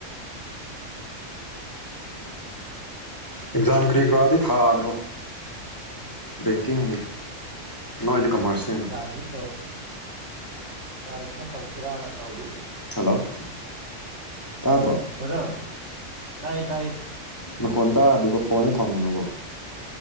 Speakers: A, on the left (about 15°); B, on the right (about 65°).
A: ꯑꯦꯛꯖꯥ ꯀ꯭ꯔꯤꯛ ꯋꯥꯥꯗꯩ ꯊꯥꯗꯔꯣ ꯕꯦꯡꯀꯤꯡꯅꯤ ꯅꯣꯏꯗꯤ ꯀꯃꯔꯁꯅꯦꯅ
B: ꯍꯥꯏ ꯇꯣ ꯑꯧ ꯇ꯭ꯔꯥꯏ ꯈꯔ ꯇꯧꯁꯤꯔꯥꯅ ꯇꯧꯔꯤ꯫
A: ꯍꯜꯂꯣ ꯇꯥꯗ꯭ꯔꯣ
B: ꯍꯜꯂꯣ ꯭ꯔꯗꯔ ꯇꯥꯏ ꯇꯥꯏ
A: ꯅꯈꯣꯟ ꯇꯥꯗꯤꯒꯣ ꯐꯣꯟꯗꯩ ꯊꯝꯃꯅꯨꯀꯣ